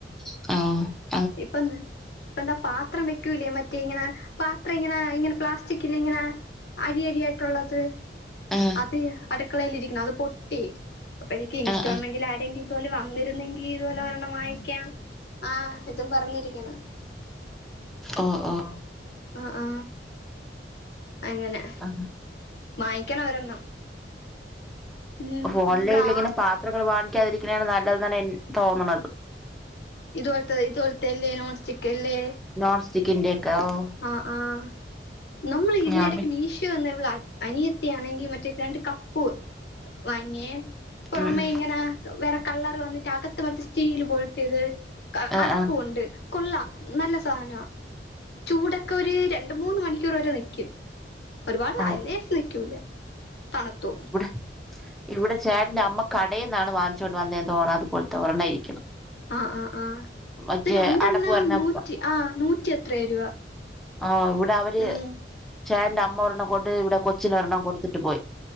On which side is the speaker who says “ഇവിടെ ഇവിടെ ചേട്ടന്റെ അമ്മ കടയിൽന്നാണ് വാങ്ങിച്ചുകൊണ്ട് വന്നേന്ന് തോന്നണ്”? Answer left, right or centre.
Centre